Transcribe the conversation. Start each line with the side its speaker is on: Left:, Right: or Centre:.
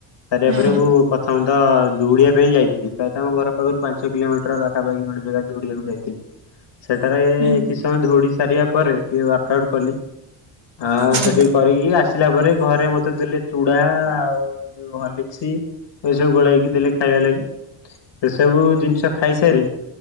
Left: ସାରିବା
Right: ହୁଁ
Left: ପରେ ମୁଁ ପ୍ରଥମ ତ ଦୌଡ଼ିବା ପାଇଁ ଯାଇଥିଲି ପ୍ରାୟତଃ ଆମ ଘର ପାଖରୁ ପାଞ୍ଚ କିଲୋମିଟର ପାଖାପାଖି ଗୋଟେ ଜାଗା ଦୌଡ଼ିବାକୁ ଯାଇଥିଲି। ସେଠାରେ
Right: ହୁଁ
Left: କିଛି ସମୟ ଦୌଡି ସାରିବା ପରେ ଟିକେ ୱାର୍କ ଆଉଟ କଲି। ଆଉ
Right: ହୁଁ
Left: ସେଠିକି କରିକି ଆସିଲା ପରେ ଘରେ ମତେ ଦେଲେ ଚୁଡା ଆଉ ଏଇ ଯୋଉ ହରଲିକ୍ସ ଏ ସବୁ ଗୋଳେଇକି ଦେଲେ ଖାଇବା ଲାଗି। ସେସବୁ ଜିନିଷ ଖାଇସାରି